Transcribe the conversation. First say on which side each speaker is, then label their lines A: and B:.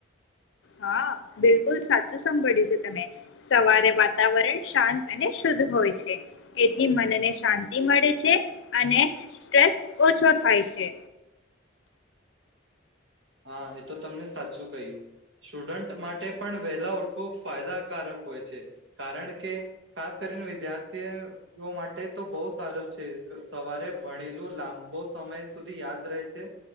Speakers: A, on the left; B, on the right.
A: હા બિલકુલ સાચું સાંભળ્યું છે તમે સવારે વાતાવરણ શાંત અને શુદ્ધ હોય છે એથી મનને શાંતિ મળે છે અને સ્ટ્રેસ ઓછો થાય છે.
B: હા એ તો તમને સાચું કહ્યું સ્ટુડન્ટ માટે પણ વહેલા ઉઠવું ફાયદાકારક હોય છે કારણ કે ખાસ કરીને વિદ્યાર્થીઓ માટે તો બહુ સારું છે સવારે ભણેલું લાંબો સમય સુધી યાદ રહે છે